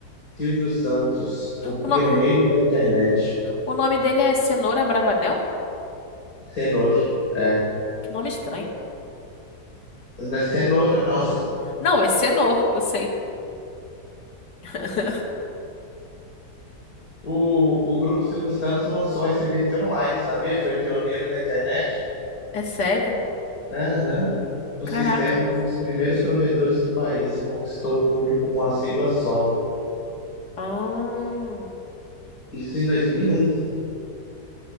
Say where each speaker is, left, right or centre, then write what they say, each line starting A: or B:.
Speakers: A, on the left (about 55°); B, on the left (about 70°).
A: Silvio Santos, o pioneiro
B: O, no-
A: da internet.
B: o nome dele é Cenoura Bravanel?
A: Cenoura, é.
B: Que nome estranho.
A: Não é cenoura, não. <laughs>
B: Não, é Cenor, eu sei. <laughs>
A: O, o grupo Silvio Santos lançou o SBT Online, sabia? Foi pioneiro da internet.
B: É sério?
A: Aham. O
B: Caraca.
A: sistema é um dos primeiros provedores do país e conquistou o público com a sigla SOL.
B: Ah,
A: Isso em 2001?